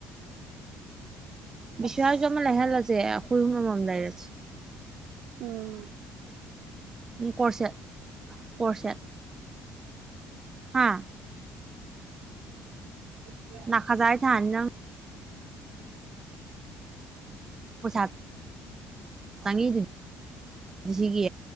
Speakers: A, on the right; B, on the right.
A: ꯕꯤꯁꯤꯌꯥꯁꯨ
B: ꯑꯁ
A: ꯑꯃ ꯂꯩꯍꯜꯂꯁꯦ ꯑꯩꯈꯣꯏ ꯑꯍꯨꯝ ꯑꯃꯃꯝ ꯂꯩꯔꯁꯦ
B: ꯎꯝ
A: ꯎꯝ ꯀꯣꯔꯁꯦꯠ ꯀꯣꯔꯁꯦꯠ ꯍꯥꯥ
B: <unintelligible>
A: ꯅꯈꯥꯏꯖꯥꯏ ꯊꯥꯅꯤ ꯅꯪ ꯄꯁꯥ <unintelligible> ꯆꯪꯉꯤꯗꯨꯗꯤ ꯁꯤꯒꯤ